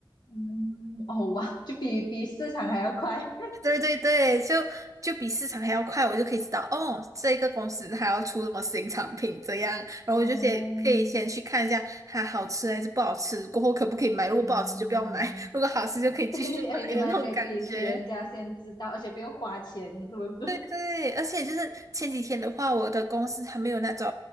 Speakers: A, on the left (about 55°); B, on the right (about 40°).
A: 嗯，哦哇，就比比市场还要快。
B: <laughs> 对对对，就就比市场还要快，我就可以知道哦，这个公司它要出什么新产品这样，然后我就先可以先去看一下它好吃还是不好吃，
A: 哦，
B: 过后可不可以买，如果不好吃就不要买，
A: 嗯，
B: 如果好吃就可以继续买的那种感觉。
A: <laughs> 对，哎，你们还可以比比人家先知道，而且不用花钱，是不是？<laughs>
B: 对，而且就是前几天的话，我的公司还没有那种